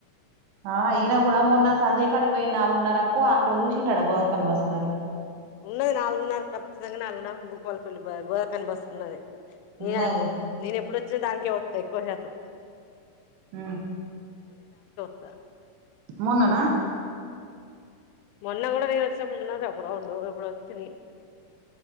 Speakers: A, on the right; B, on the left.
A: ఆ ఈయన కూడా మొన్న సంజయ్ కాడికి పోయిన నాలుగున్నరకు అక్కడ చూసింటాడు గోర్ఖన్ బస్ మరి
B: ఉన్నది నాలుగున్నరకు ఖచ్చితంగా నాలుగున్నరకు భూపాలపల్లి బస్ గోదార్ఖడ్ బస్ ఉన్నది
A: ఉన్నది
B: న ఎప్పుడు నేను ఎప్పుడు దానికే వస్తాయి ఎక్కువ శాతం
A: హు
B: స
A: మొన్ననా
B: మొన్న కూడా నేను వచ్చేప్పుడున్న ఒక ర ఉండు ఇప్పుడు వచ్చి